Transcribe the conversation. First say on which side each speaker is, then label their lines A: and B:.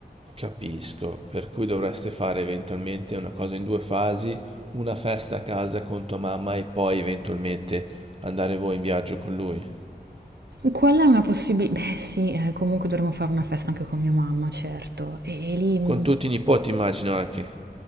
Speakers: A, on the right (about 35°); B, on the right (about 75°).
A: Capisco, per cui dovreste fare eventualmente una cosa in due fasi, una festa a casa con tua mamma e poi eventualmente andare voi in viaggio con lui.
B: Quella è una possibilità. Beh, sì, eh, comunque dovremmo fare una festa anche con mia mamma, certo. E, e lì, mm,
A: Con tutti i nipoti immagino anche.